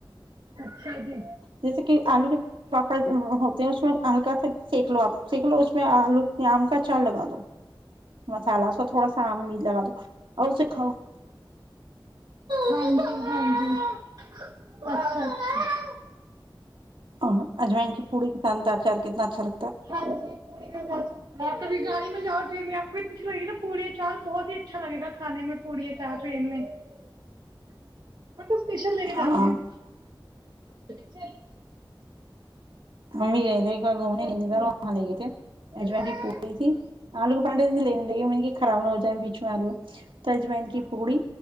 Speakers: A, on the right; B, on the right.
A: اچھا جی
B: جیسے کہ آلو کے پاپڑ ہوتے ہیں اس میں ہلکا سا سینک لو آپ سینک لو اس میں آلو کے آم کا چار لگا دو مسالا سو تھوڑا سا آم بھی لگا دو اور س کاؤ <inaudible>
A: ہاں جی ہاں ج ا ہاں
B: اور اجم ان کی پوڑی کیسانتا خارتناچھا را
A: ہاں جی پوڑی کا گاانی میںجاؤ ٹن میں آپ کو اتچ لگ گی نا پوڑی چاول بہت ہی اچھا لگے گا کھانے میں پوڑی چار ٹرین میں <unintelligible> میں توب اسپیشل لے کے
B: ہاں
A: جاتی ہوں اچھ
B: ہممی گئے تھ ایک بار گھومنے
A: سے اوکے
B: نہیں تھا وہاں لے گئے تھے اجمائن
A: اچھا
B: کی پوڑی تھی آلو کو پٹےے لینے لگے خراب نہ ہو جائے بیچ میں آلو تو اجمائن کی پوڑی